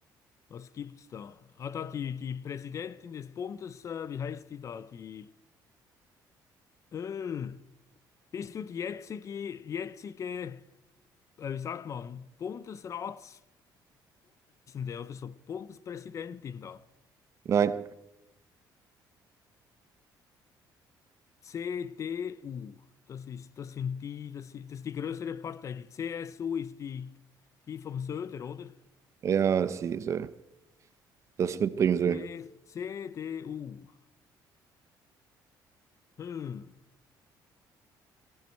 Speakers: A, on the left (about 40°); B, on the right (about 40°).
A: Was gibt's da? Ah, da die, die Präsidentin des Bundes, äh, wie heißt die da? Die, äh, bist du die jetzige, jetzige, äh, wie sagt man, Bundesratsvorsitzende oder so, Bundespräsidentin da?
B: Nein.
A: CDU, das ist, das sind die, das ist, das ist die größere Partei. Die CSU ist die, die vom Söder, oder?
B: Ja, sie soll das mitbringen soll.
A: C, CDU. Hm.